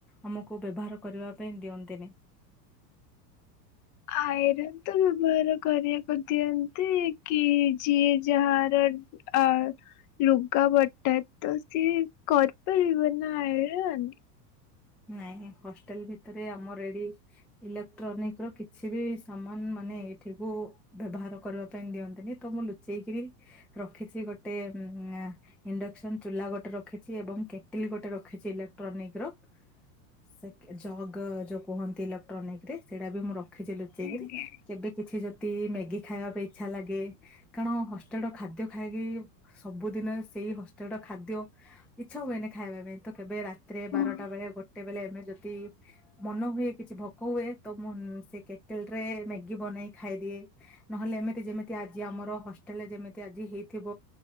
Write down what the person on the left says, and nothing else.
ଆଇରନ୍ ତ ବେବହାର କରିବାକୁ ଦିଅନ୍ତି କି ଯିଏ ଯାହାର ଡ୍ ଆ ଲୁଗାପଟା ତ ସିଏ କରପାରିବ ନା ଆଇରନ୍।
ଆଜ୍ଞା।
ହଁ